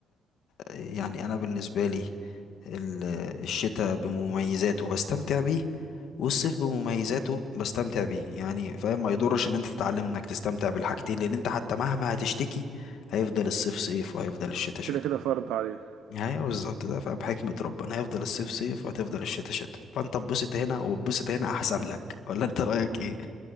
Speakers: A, on the left (about 80°); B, on the right (about 85°).
A: يعني انا بالنسبة لي ال- الشتاء بمميزاته بستمتع بيه والصيف بمميزاته بستمتع بيه يعني فاهم ما يضرش ان انت تتعلم انك تستمتع بالحاجتين لان انت حتى مهما هتشتكي هيفضل الصيف صيف وهيفضل الشتاء
B: كده
A: شتاء
B: كده فرض عليك
A: يعني بالظبط ده فاهم حكمة ربنا هيفضل الصيف صيف وهتفضل الشتاء شتاء فانت اتبسط هنا واتبسط هنا احسن لك ولا انت رأيك
B: مم.
A: ايه